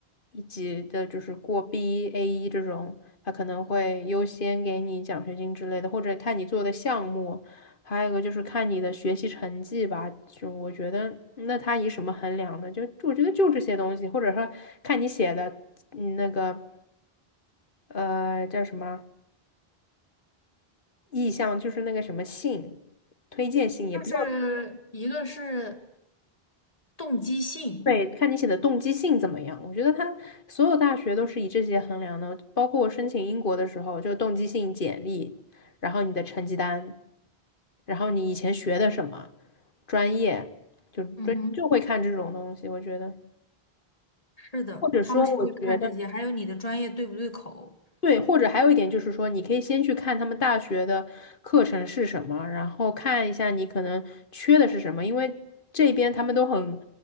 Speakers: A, on the left (about 55°); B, on the left (about 35°).
A: 一级的，就是过 B1、a 一这种，它可能会优先给你奖学金之类的，或者看你做的项目，还有一个就是看你的学习成绩吧，就我觉得那他以什么衡量呢？就我觉得就这些东西，或者说看你写的嗯那个呃叫什么啊意向，就是那个什么信，推荐信也不
B: 就是一个是动机性，
A: 对，看你写的动机性怎么样。我觉得他所有大学都是以这些衡量的，包括我申请英国的时候，就动机性简历，然后你的成绩单，然后你以前学的什么专业，就就就会看这种东西。
B: 嗯哼，
A: 我觉得，
B: 是的，
A: 或者说，
B: 他们是会看这些，
A: 我觉得。
B: 还有你的专业对不对口。
A: 对，或者还有一点就是说，你可以先去看他们大学的课程是什么，然后看一下你可能缺的是什么，因为这边他们都很